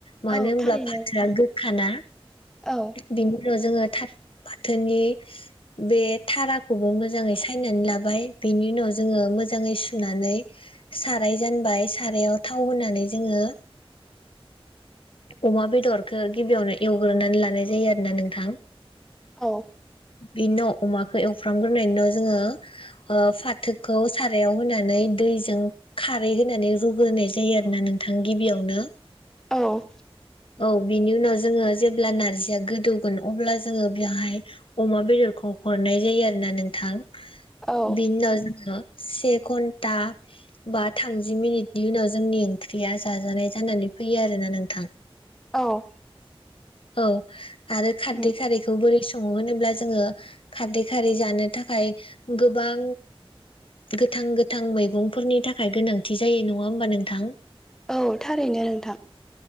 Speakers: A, on the left (about 60°); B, in the centre.
A: होनोमब्ला
B: औ थारैनो
A: फाथोआ
B: नोंथां
A: गोखाना
B: औ
A: बिनि उनाव जोङो थाथ फाथोनि बे थाराखौबो मोजाङै सायनानै लाबाय बेनि उनाव जोङो मोजाङै सुनानै साराय जानबाय सारायाव थाव होनानै जोङो अमा बेदरखौ गिबियावनो एवग्रोनानै लानाय जायो आरो ना नोंथां।
B: औ
A: बेनिनाव अमाखौ एवफ्रामग्रोनाय उनाव जोङो फाथोखौ सारायाव होनानै दैजों खारै होनानै रुग्रोनाय जायो आरो ना नोंथां गिबियावनो।
B: औ
A: औ बिनि उनाव जोङो जेब्ला नारजिया गोदौगोन अब्ला जोङो बेहाय अमा बेदरखौ हरनाय जायो आरो ना नोंथां।
B: औ
A: बिनि उनाव जोङो से घन्टा बा थामजि मिनिटनि उनाव जोंनि ओंख्रिया जाजानाय जानानै फैयो आरोना नों थां
B: औ
A: औ आरो खारदै
B: उम
A: खारैखौ बोरै स सङो होनोब्ला जोङो खारदै खारै जानो थाखाय गोबां गोथां गोथां मैगंफोरनि थाखाय गोनांथि जायो नङा होमबा नोंथां
B: औ थारैनो नोंथां।